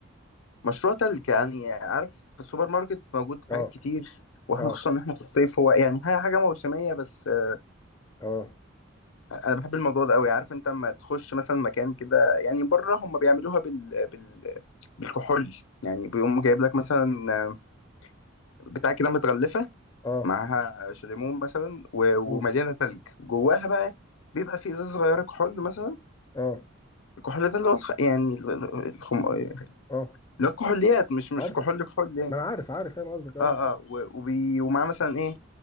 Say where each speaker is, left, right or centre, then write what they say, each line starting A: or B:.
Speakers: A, on the left; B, on the left.
A: مشروع تلج يعني عارف في السوبر ماركت موجود
B: اه
A: حاجات كتير واحنا
B: اه
A: خصوصا ان احنا في الصيف هو يعني هي حاجه موسميه بس آه،
B: اه
A: انا بحب الموضوع ده قوي عارف انت لما تخش مثلا مكان كده يعني بره هم بيعملوها بال... بال... بالكحول يعني بيقوم جايب لك مثلا آه، بتاع كده متغلفه
B: اه
A: معاها شليمون مثلا و- ومليانه
B: اه
A: تلج جواها بقى بيبقى في ازازه صغيره كحول مثلا
B: اه
A: الكحول ده اللي هو الخ... يعني ال- ال- الخم... اللي
B: اه
A: هو الكحوليات مش مش
B: عارفه
A: كحول كحول يعني
B: ما انا عارف عارف فاهم قصدك اه
A: اه اه و- وبي... ومعاه مثلا ايه